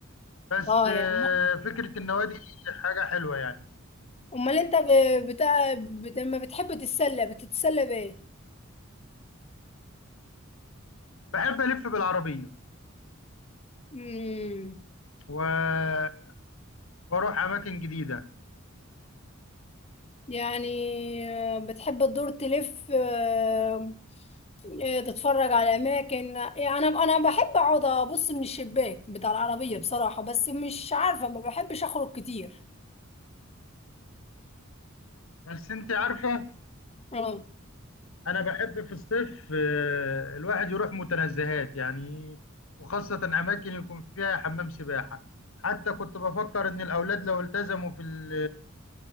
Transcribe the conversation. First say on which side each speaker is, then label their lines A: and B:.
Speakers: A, on the left; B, on the left.
A: بس
B: اه
A: آه،
B: يعني
A: فكرة النوادي حاجة حلوة يعني
B: امال انت ب... بتاع بت... لما بتحب تتسلى بتتسلى بايه
A: بحب ألف بالعربية
B: امم
A: و... وأروح أماكن جديدة
B: يعني آه، بتحب تدور تلف آه، آه، تتفرج على اماكن يعني انا انا بحب اقعد ابص من الشباك بتاع العربيه بصراحه بس مش عارفه ما بحبش اخرج كتير
A: بس أنت عارفة
B: اه
A: أنا بحب في الصيف آه، الواحد يروح متنزهات يعني وخاصة أماكن يكون فيها حمام سباحة حتى كنت بفكر إن الأولاد لو التزموا في ال...